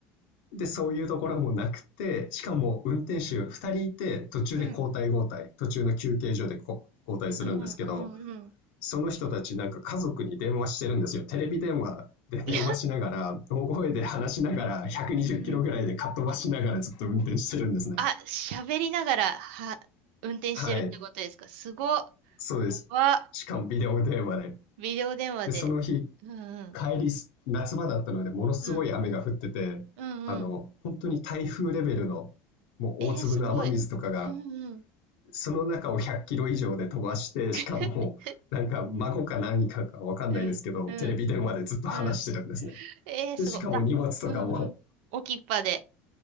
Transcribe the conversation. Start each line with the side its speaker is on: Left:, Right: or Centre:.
Left: で、そういうところもなくて、しかも運転手2人いて、途中で交代交代、
Right: うん。
Left: 途中の休憩所でこ交代するんですけど、
Right: うんうんうんうん。
Left: その人たちなんか家族に電話してるんですよ。テレビ電話で電話しながら、
Right: いや、
Left: 大声で話しながら、
Right: うん、
Left: 120キロぐらいでかっ飛ばしながらずっと運転してるんですね。
Right: うん、うん。あ、喋りながら、は、運転してるってことですかすごっ。
Left: はい、そうです。
Right: やば。
Left: しかもビデオ電話で。
Right: ビデオ電話で。
Left: で、その日、
Right: うん、うん。
Left: 帰り夏場だったので、ものすごい雨が降ってて、
Right: うん、うん、
Left: あの、
Right: うん。
Left: 本当に台風レベルの、もう大粒の雨水とかが、
Right: えー、すごい。うん、うん。
Left: その中を100キロ以上で飛ばして、
Right: <laughs>
Left: しかも、なんか孫か何かかわかんないですけど、
Right: うん、うん、
Left: テレビ電話でずっと話してるんですね。
Right: うん。えー、
Left: で、
Right: すごい。
Left: しかも荷物とかも、
Right: あ、うん、うん。置きっぱで。